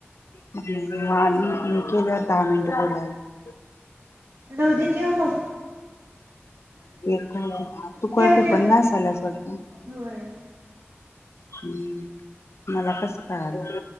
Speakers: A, on the left; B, on the right.
A: म आणि मी केल्यावर दहा मिनिटं बोलायला.
B: रहु दे कि ओ मग
A: एक तू
B: ठेव
A: काय कुपण
B: ठेव
A: घासाल्यास वाटतं?
B: होय
A: हम्म मला कसं कळालं?